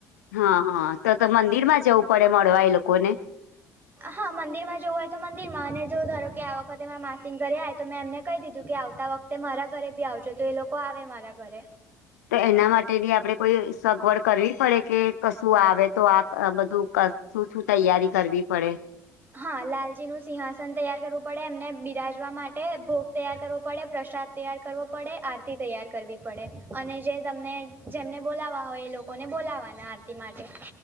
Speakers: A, on the left (about 70°); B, on the right (about 25°).
A: હા હા તો તો મંદિર માં જવું પડે મળવા એ લોકોને,
B: હા મંદિરમાં જવું હોય તો મંદિરમાં અને જો ધારોકે, આ વખતે મારા માસીન ઘરે આવે તો મેં એમને કહી દીધું કે આવતા વખ તે મારા ઘરે બી આવજો તો એ લોકો આવે મારા ઘરે.
A: તો એના માટેની આપડે કોઈ સગવડ કરવી પડે કે કશું આવે તો આ આ બધું ક શું શું તૈયારી કરવી પડે?
B: હા લાલજી નું સિંહાસન તૈયાર કરવું પડે, એમને બિરાજવા માટે ભોગ તૈયાર કરવો પડે પ્રસાદ. તૈયાર કરવો પડે, આરતી તૈયાર કરવી પડે અને જે તમને જેમને બોલાવવા હોય એ લો કોને બોલાવાના આરતી માટે,